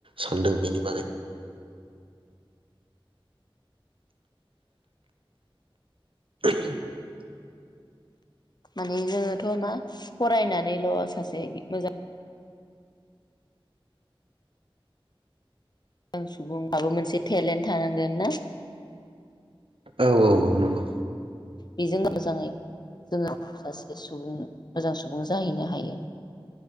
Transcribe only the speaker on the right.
सानदों बेनि बागै <inaudible>
औ औ औ नंगौ